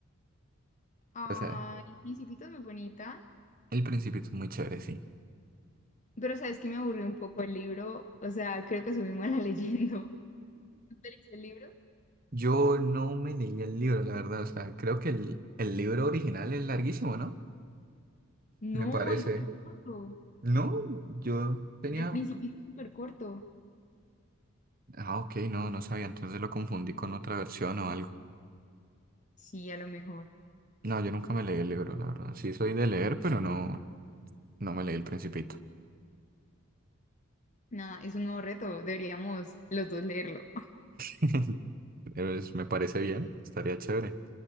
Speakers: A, on the left; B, on the right.
A: Ay,
B: O sea,
A: el Principito es muy bonita.
B: El Principito es muy chévere, sí.
A: Pero sabes que me aburrió un poco el libro. O sea, creo que soy muy mala <laughs> leyendo. ¿Tú te leíste el libro?
B: Yo no me leí el libro, la verdad. O sea, creo que el, el libro original es larguísimo, ¿no?
A: No,
B: Me parece.
A: es súper corto.
B: No, yo tenía...
A: El del Principito es súper corto.
B: Ah, ok, no, no sabía. Entonces lo confundí con otra versión o algo.
A: Sí, a lo mejor.
B: No, yo nunca me leí el libro, la verdad. Sí soy de leer, pero no, no me leí El Principito.
A: Nada, es un nuevo reto. Deberíamos los dos leerlo. <laughs>
B: <laughs> Pero es- me parece bien, estaría chévere.